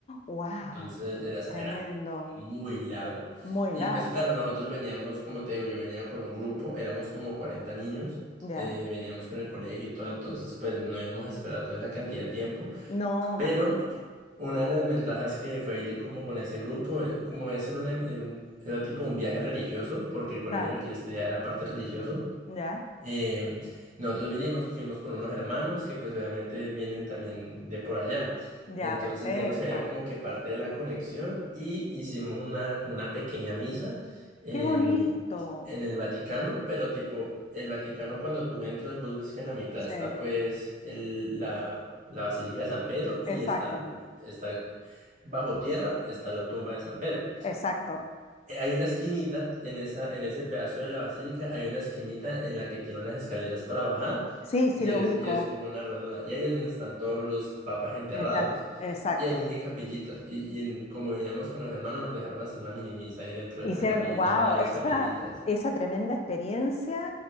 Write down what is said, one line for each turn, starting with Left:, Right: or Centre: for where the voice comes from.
Left: wow,
Right: Entonces era, o sea,
Left: tremendo.
Right: era muy largo.
Left: Muy
Right: Y
Left: largo.
Right: pues claro, nosotros veníamos, como te digo, yo venía con un grupo, éramos como 40 niños,
Left: Ya.
Right: eh, veníamos con el colegio y todo, entonces pues no íbamos a esperar toda esa cantidad de tiempo.
Left: No,
Right: Pero
Left: imagínate.
Right: una de las ventajas que fue ir como con ese grupo, eh, como eso era, un em- era un- era tipo un viaje religioso, porque el colegio
Left: Claro.
Right: en el que yo estudiaba era parte religioso,
Left: Ya.
Right: Em, nosotros vinimos, fuimos con unos hermanos que pues obviamente vienen también de por allá.
Left: Ya,
Right: Entonces
Left: perfecto.
Right: digamos que había como que parte de la conexión y hicimos una como una pequeña misa en,
Left: Qué bonito.
Right: en el Vaticano, pero tipo el Vaticano cuando tú entras vos ves que en la mitad
Left: Sí,
Right: está pues el, la, la Basílica de San Pedro
Left: exacto.
Right: y está, el- está bajo tierra está la tumba de San Pedro
Left: Exacto.
Right: eh, Hay una esquinita en esa, en ese pedazo de la basílica, hay una esquinita en la que tiene unas escaleras para bajar
Left: Sí, sí
Right: y
Left: lo
Right: es,
Left: ubico.
Right: y es como una redonda. Y ahí es donde están todos los papas enterrados.
Left: Está- exacto.
Right: Y hay mini capillitas. Y, y como veníamos con los hermanos, nos dejaron hacer una mini misa ahí dentro
Left: Hicieron,
Right: de esa capilla,
Left: wow,
Right: en una de las
Left: esa,
Right: capillitas.
Left: esa tremenda experiencia